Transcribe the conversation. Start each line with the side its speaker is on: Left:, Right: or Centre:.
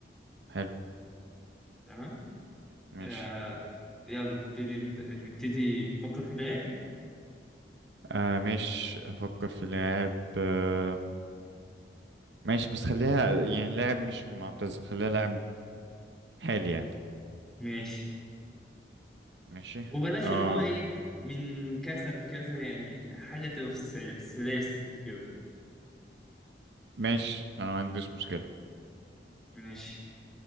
Right: حلو
Centre: تمام؟
Right: ماشي
Centre: آه يلا نبتدي نت- نبتدي نفكر في لاعب
Right: آه ماشي افكر في لاعب آه ماشي بس خليها يعني لاعب مش معتزل خليها لاعب حالي يعني
Centre: ماشي
Right: ماشي
Centre: وبلاش
Right: اه
Centre: اللي هو إيه من كذا لكذا يعني حاجة تبقى في السل- السلاسة كده
Right: ماشي انا ما عنديش مشكلة
Centre: ماشي